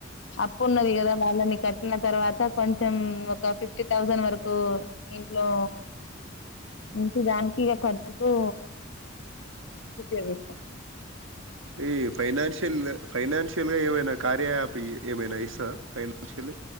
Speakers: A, on the left (about 70°); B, on the right (about 80°).
A: అప్పు ఉన్నదిగదా బాలాని కట్టిన తర్వాత కొంచెం ఒక ఫిఫ్టీ థౌజండ్ వరకు ఇంట్లో నుంచి దానికి ఇక ఖర్చుకు ఉపయోగిస్తాం
B: ఈ ఫైనాన్షియల్ ఫైనాన్షియల్ గా ఏమైనా కార్యయాపి ఏమైనా ఇస్తందా ఫైనాన్షియల్